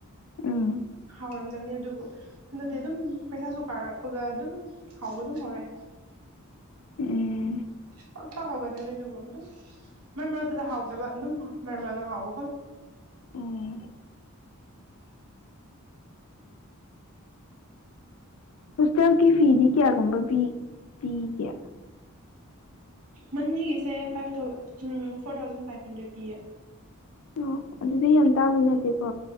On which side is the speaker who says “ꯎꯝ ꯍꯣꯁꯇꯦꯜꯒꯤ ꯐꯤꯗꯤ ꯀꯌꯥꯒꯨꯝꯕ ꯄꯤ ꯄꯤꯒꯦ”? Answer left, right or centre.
Left